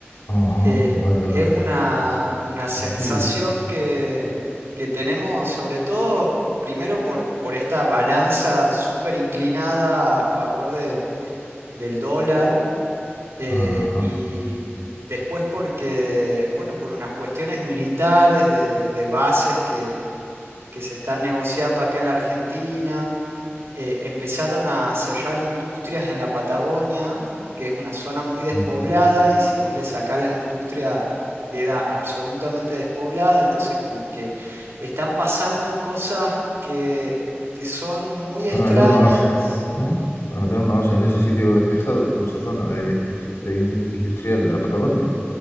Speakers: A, on the left; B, on the right.
A: Ajá,
B: Eh,
A: vaya,
B: es
A: vaya.
B: una, una sensación
A: Horrible.
B: que, que tenemos sobre todo, primero por, por esta balanza súper inclinada a favor de- del dólar eh,
A: Ajá.
B: y después porque, bueno, por unas cuestiones militares de, de bases que, que se están negociando acá en la Argentina, eh, empezaron a cerrar industrias en la Patagonia, que es una zona muy despoblada
A: ujú.
B: y si vos le sacás las industrias queda absolutamente despoblada, entonces como que están pasando cosas que, que son muy extrañas
A: para meter una base, ¿no? Para meter una base en ese sitio despejado, en esa zona de, de- de industrial de la Patagonia.